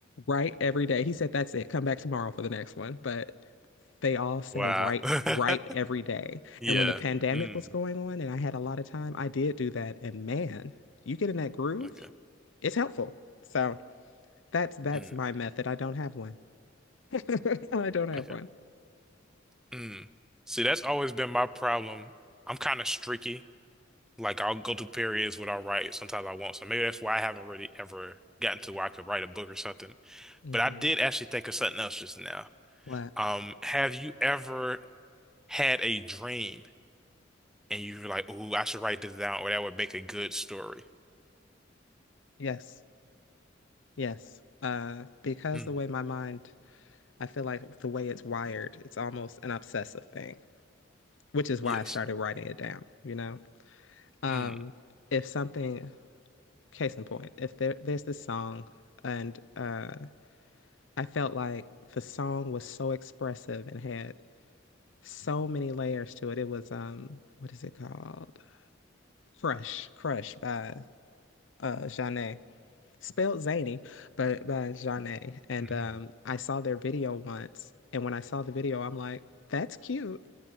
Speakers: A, on the left; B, in the centre.
A: write every day. He said, That's it. Come back tomorrow for the next one. But they all say,
B: Wow.
A: write,
B: <laughs>
A: write every day.
B: Yeah.
A: And when the pandemic
B: Mm.
A: was going on and I had a lot of time, I did do that. And man, you get in that groove,
B: Okay.
A: it's helpful. So that's that's
B: Mm.
A: my method. I don't have one. <laughs> I don't have
B: Okay.
A: one.
B: Mm. See, that's always been my problem. I'm kind of streaky. Like I'll go through periods where I'll write. Sometimes I won't. So maybe that's why I haven't really ever gotten to where I could write a book or something.
A: hmm
B: But I did actually think of something else just now.
A: What?
B: Um, have you ever had a dream and you're like, "Ooh, I should write this down, or that would make a good story."
A: Yes. Yes. Uh, because
B: Mm,
A: the way my mind, I feel like the way it's wired, it's almost an obsessive thing, which is
B: yes.
A: why I started writing it down, you know? Um,
B: Mm.
A: if something, case in point, if there there's this song and uh I felt like the song was so expressive and had so many layers to it. It was um, what is it called? Crush, Crush by uh Janae. Spelled zany, but by Janae. And
B: <laughs>
A: um I saw their video once, and when I saw the video, I'm like, that's cute,